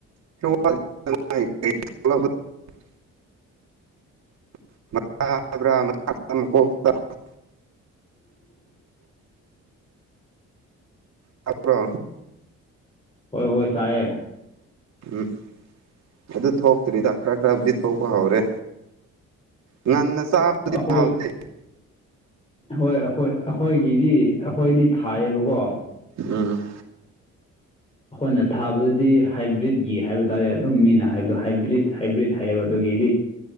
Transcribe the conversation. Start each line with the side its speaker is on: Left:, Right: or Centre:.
Right: <unintelligible> <unintelligible>
Left: <inaudible>
Right: ꯇꯥꯕ꯭ꯔꯣ
Left: ꯍꯣꯏ ꯍꯣꯏ ꯇꯥꯏꯌꯦ
Right: ꯎꯝ ꯑꯗꯨ ꯊꯣꯛꯇ꯭ꯔꯤꯗ ꯈꯔ ꯈꯔꯕꯨꯗꯤ ꯊꯣꯛꯄ ꯍꯧꯔꯦ ꯉꯟꯅꯥ ꯆꯥꯕꯗꯨꯗꯤ
Left: ꯑꯩꯈꯣꯏ
Right: ꯍꯥꯎꯇꯦ
Left: ꯍꯣꯏ ꯑꯩꯈꯣꯏ ꯑꯩꯈꯣꯏꯒꯤꯗꯤ ꯑꯩꯈꯣꯏꯗꯤ ꯊꯥꯏꯌꯦꯕꯀꯣ
Right: ꯎꯝ
Left: ꯑꯩꯈꯣꯏꯅ ꯊꯥꯕꯗꯨꯗꯤ ꯍꯥꯏꯕ꯭ꯔꯤꯠꯒꯤ ꯍꯥꯏꯕ ꯇꯥꯔꯦ ꯑꯗꯨ ꯃꯤꯅ ꯍꯥꯏꯕꯗꯣ ꯍꯥꯏꯕ꯭ꯔꯤꯠ ꯍꯥꯏꯕ꯭ꯔꯤꯠ ꯍꯥꯏꯌꯦꯕ ꯑꯗꯨꯒꯤꯗꯤ